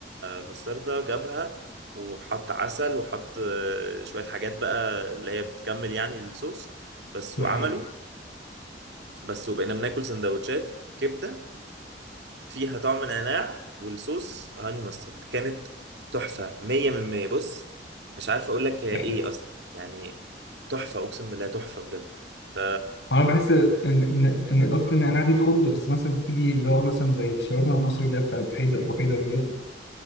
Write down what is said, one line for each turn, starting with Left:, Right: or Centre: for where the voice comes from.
Right: مستردة جابها وحط عسل وحط آه، شوية حاجات بقى اللي هي بتكمل يعني الصوص بس
Left: امم
Right: وعمله بس وبقينا بناكل سندوتشات كبدة فيها طعم نعناع والصوص هاني مسترد كانت تحفة مية من مية بص مش عارف اقول لك هي
Left: احلف
Right: ايه اصلا يعني تحفة اقسم بالله تحفة بجد ف
Left: <clears throat> انا بحس ان ان ان اضافه النعناع دي تخض بس مثلا تيجي اللي هو مثلا زي الشاورما المصري اللي هي بتاعت حيدر ابو حيدر دي